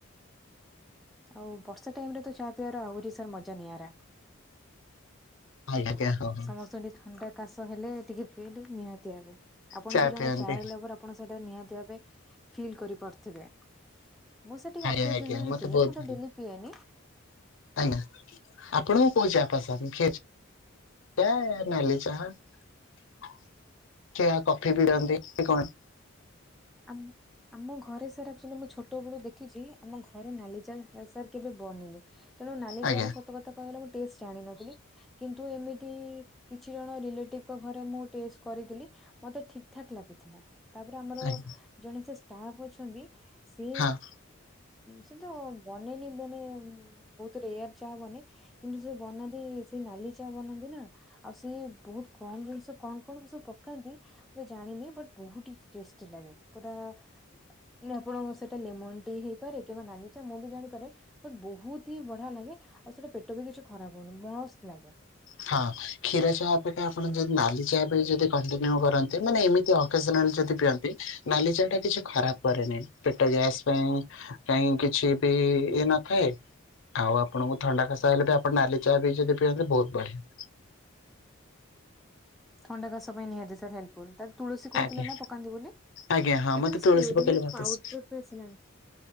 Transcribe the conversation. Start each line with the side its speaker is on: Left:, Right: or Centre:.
Centre: ଆଉ ବର୍ଷା ଟାଇମରେ ତ ଚାହା ପିଇବାର ଆହୁରି ସାର ମଜା ନିଆରା।
Left: ଆଜ୍ଞା ଆଜ୍ଞା ହଁ ହଁ।
Centre: ସମସ୍ତଙ୍କୁ ଟିକେ ଥଣ୍ଡା କାଶ ହେଲେ ଟିକେ ପିଇଲେ ନିହାତି ଭାବେ ଆପଣ
Left: ଚା
Centre: ବି ଜଣେ
Left: ପିଅନ୍ତି
Centre: ଚାଏ ଲଭର ଆପଣ ସେଇଟା ନିହାତି ଭାବ୍ ବେ ଫିଲ୍ କରିପାରୁଥିବେ। ମୁଁ ସାର୍ ଟିକେ
Left: ଆଜ୍ଞା
Centre: ଅକେଜନ୍
Left: ଆଜ୍ଞା
Centre: ହେଲେ
Left: ମତେ
Centre: ପିଏ
Left: ବହୁତ
Centre: ମୁଁ
Left: ଭଲ
Centre: ତ ଡେଲି ପିଏନି।
Left: <unintelligible> ଆପଣଙ୍କୁ ପଇସା <unintelligible> ଟେ ନାଲି ଚାହା। ସେ କଫି ପିଅନ୍ତି ସେ କଣ?
Centre: ଆଁ <unintelligible> ଆମ ଘରେ ସାର ଆକ୍କଚୁଲି ମୁଁ ଛୋଟ ବେଳୁ ଦେଖିଛି ଆମ ଘରେ ନାଲି ଚାଲ ସାର୍ କେବେ ବନିନି ତେଣୁ ନାଲି
Left: ଆଜ୍ଞା
Centre: ଚ ର ସତ କଥା କହିଲ ଗଲେ ଟେଷ୍ଟ ଜାଣିନଥିଲି କିନ୍ତୁ ଏମିତି କିଛି ଜଣ ରିଲେଟିଭ୍ ଙ୍କ ଘରେ ମୁଁ ଟେଷ୍ଟ କରିଥିଲି ମତେ ଠିକ ଠାକ୍ ଲାଗିଥିଲା। ତାପରେ ଆମର
Left: ଆଜ୍ଞା
Centre: ଜଣେ ସେ ଷ୍ଟାଫ ଅଛନ୍ତି ସେ
Left: ହଁ
Centre: ସେ ତ ବନେନି ବନେ ବହୁତ ରେୟାର ଚା ବନେ କିନ୍ତୁ ସେ ବନାନ୍ତି ସେଇ ନାଲି ବନାନ୍ତି ନା ଆଉ ସିଏ ବହୁତ କଣ ଜିନିଷ କଣ କଣ ସବୁ ପକାନ୍ତି ମୁ ଜାଣିନି ବହୁତ ହିଁ ଟେଷ୍ଟି ଲାଗେ ପୁରା ମାନେ ଆପଣଙ୍କ ସେଟା ଲେମନ ଟି ହେଇପାରେ କିମ୍ବା ନାଲିଚା ମୁଁ ବି ଜାଣିପାରେେ ବହୁତ ହି ବଢିଆ ଲାଗେ ଆଉ ସେଇଟା ପେଟ ବି କିଛି ଖରାପ ହଉନି ମସ୍ତ ଲାଗେ।
Left: ହଁ କ୍ଷୀର ଚା ଅପେକ୍ଷା ଆପଣ ଯଦି ନାଲି ଚା ନାଲି ଚା ବି ଯଦି କଣ୍ଟିନିଉ କରନ୍ତି ମାନେ ଏମିତି ଏକେଜନାଲ ଯଦି ପିଅନ୍ତି ନାଲି ଚା ଟା କିଛି ଖରାପ ପେଟ ଗ୍ୟାସ ପାଇଁ କ କିଛି ବି ଇ ନଥାଏ ଆଉ ଆପଣଙ୍କୁ ଥଣ୍ଡା କାସ ହେଲେ ବି ଆପଣ ନାଲି ଚାହା ବି ଯଦି ପିଅନ୍ତି ବହୁତ ବଢିଆ।
Centre: ଥଣ୍ଡା କାଶ ପାଇଁ ନିହାତି ସାର୍ ହେଲ୍ପଫୁଲ ତୁଳସୀ କହୁଥିଲେ
Left: ଆଜ୍ଞା
Centre: ନା ପକାନ୍ତି ବୋଲି।
Left: ଆଜ୍ଞା ହଁ
Centre: ଏବେ
Left: ମତେ
Centre: ତ ସ
Left: ତୁଳସୀ
Centre: ରେଡିମେଡ
Left: ପକେଇଲେ ଭାତ
Centre: ପାଉଡର
Left: ଆସେ।
Centre: ବି ଆସିଲାଣି